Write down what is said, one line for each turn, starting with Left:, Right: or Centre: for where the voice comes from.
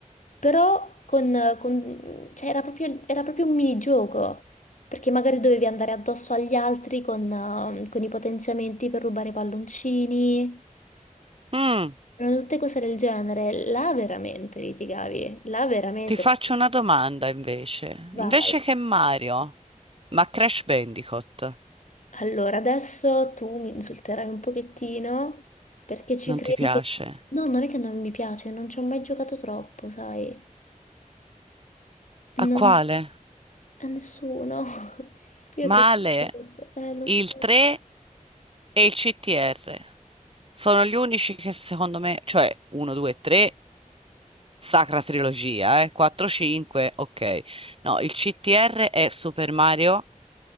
Left: però con, con- cioè, era proprio, era proprio un minigioco, perché magari dovevi andare addosso agli altri con, eh, con i potenziamenti per rubare i palloncini,
Right: Mm,
Left: erano tutte cose del genere. Là veramente litigavi, là veramente
Right: ti faccio una domanda invece.
Left: vai.
Right: Invece che Mario, ma Crash Bandicoot
Left: Allora, adesso tu mi insulterai un pochettino perché ci
Right: non
Left: credi
Right: ti piace?
Left: che... No, non è che non mi piace, non ci ho mai giocato troppo, sai.
Right: A
Left: Non...
Right: quale?
Left: A nessuno. <laughs> Io
Right: Male,
Left: credo... Eh, lo
Right: il
Left: so.
Right: 3 e il CTR. Sono gli unici che secondo me, cioè 1, 2, 3, sacra trilogia, eh? 4, 5, ok. No, il CTR è Super Mario,